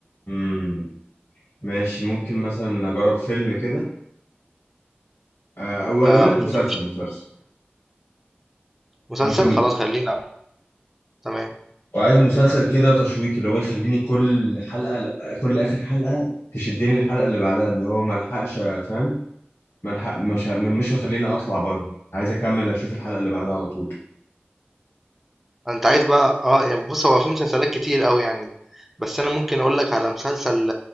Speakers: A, on the left; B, in the centre.
A: مم. ماشي ممكن مثلا أجرب فيلم كده آه، أو ولا
B: آآ،
A: أقول لك
B: ما فيش
A: مسلسل مسلسل
B: مسلسل؟
A: ممكن
B: خلاص خلّينا تمام.
A: وعايز مسلسل كده تشويقي اللي هو يخليني كل حلقة كل آخر حلقة تشدني الحلقة اللي بعدها اللي هو ما الحقش فاهم ملحق مش مش مخليني أطلع بره عايز أكمل أشوف الحلقة اللي بعدها على طول
B: انت عايز بقى اه يعني بص هو في مسلسلات كتير قوي يعني بس انا ممكن اقول لك على مسلسل